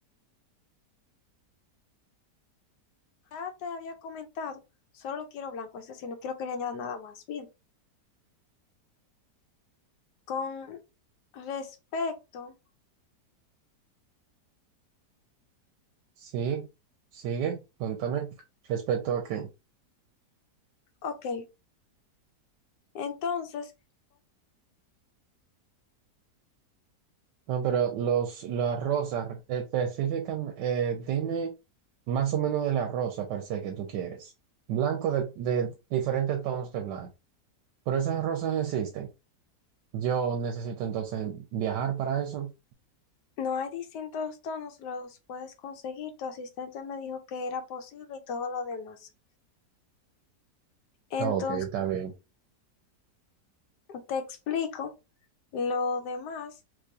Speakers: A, on the left (about 75°); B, on the right (about 80°).
A: ya te había comentado, solo lo quiero blanco, es decir, no quiero que le añada nada más. Bien, con respecto,
B: Sí, sigue, cuéntame respecto a qué.
A: ok, entonces
B: No, pero los, las rosas, específicamente, dime más o menos de la rosa per se que tú quieres. Blanco de, de diferentes tonos de blanco. Pero esas rosas existen. Yo necesito entonces viajar para eso.
A: no hay distintos tonos, los puedes conseguir. Tu asistente me dijo que era posible y todo lo demás. Entonces,
B: Ok, está bien.
A: te explico lo demás.